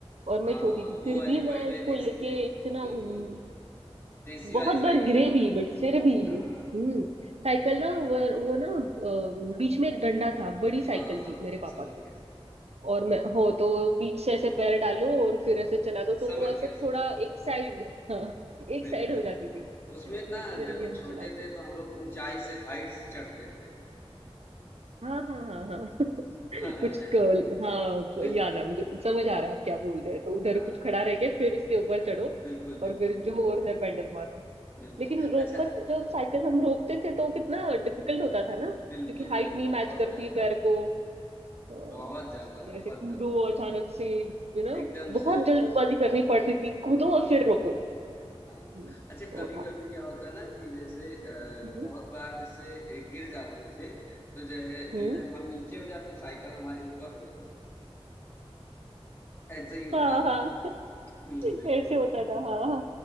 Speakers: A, on the right; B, on the left.
A: और मैं
B: हाँ,
A: छोटी थी
B: वो
A: फिर
B: वाली
A: भी मैं
B: बड़ी वाली
A: उसको
B: देस
A: लेके
B: दे
A: इतना
B: बिल्कुल,
A: घूमी
B: देसी
A: बहुत
B: वाली साइकिल
A: बार गिरे
B: रही होगी।
A: भी बट फिर भी
B: हाँ, हाँ।
A: हम्म साइकिल ना वो, वो ना अ, बीच में एक डंडा था बड़ी साइकिल
B: हाँ,
A: थी मेरे पापा
B: समझ
A: की
B: गए, समझ गए।
A: और मैं हो तो बीच से ऐसे पैर डालो और फिर
B: हाँ,
A: ऐसे चला दो तो
B: समझ
A: वो ऐसे
B: गए, समझ
A: थोड़ा
B: गए।
A: एक साइड हाँ एक
B: बिल्कुल,
A: साइड हो जाती थी
B: उसमें ना
A: बट फिर
B: जब
A: भी हम
B: छोटे
A: चलाते
B: थे
A: थे
B: तो हम लोग ऊँचाई से हाइट से चढ़ते थे।
A: हाँ हाँ हाँ हाँ <laughs>
B: <laughs>
A: कुछ कर्ल हाँ तो
B: बिल्कुल,
A: याद है मुझे समझ
B: बिल्कुल।
A: आ रहा है आप क्या बोल रहे हैं तो उधर
B: हाँ,
A: कुछ खड़ा रह के फिर उसके ऊपर चढ़ो
B: बिल्कुल,
A: और
B: बिल्कुल,
A: फिर
B: बिल्कुल,
A: जोर से पैडल मारो
B: बिल्कुल।
A: लेकिन रोकत
B: अच्छा
A: जब साइकिल हम रोकते थे तो कितना डिफिकल्ट होता था ना
B: बिल्कुल
A: क्योंकि
B: मैम,
A: हाइट नहीं
B: बहुत
A: मैच करती
B: ज़्यादा,
A: पैर को हाँ,
B: बहुत ज़्यादा,
A: जैसे
B: बहुत
A: कूदो
B: ज़्यादा।
A: अचानक से यू नो
B: एकदम
A: बहुत
B: से वो
A: जल्दबाजी
B: जो
A: करनी पड़ती थी कूदो और
B: बहुत,
A: फिर रोको
B: हाँ।
A: हम्म,
B: अच्छा
A: वो
B: कभी-कभी
A: था
B: क्या होता है ना कि जैसे अ,
A: हम्म
B: बहुत बार जैसे ए, गिर जाते थे, तो जो है
A: हम्म,
B: जो है हम नीचे हो जाते, साइकिल हमारे ऊपर हो जाती थी। ऐसे ही होता
A: हाँ हाँ
B: था। <laughs>
A: <laughs>
B: हुँ, बिल्कुल,
A: ऐसे होता था हाँ हाँ।